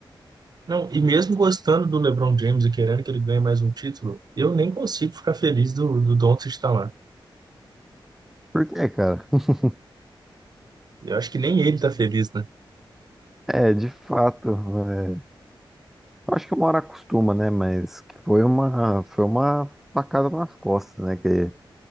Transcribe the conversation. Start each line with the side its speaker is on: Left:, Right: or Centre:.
Right: Não, e mesmo gostando do LeBron James e querendo que ele ganhe mais um título, eu nem consigo ficar feliz do, do Doncic estar lá.
Centre: Por quê cara? <laughs>
Right: Eu acho que nem ele tá feliz, né?
Centre: É, de fato. é, eu acho que uma hora acostuma, né? Mas que foi uma, foi uma facada nas costas, né? Que,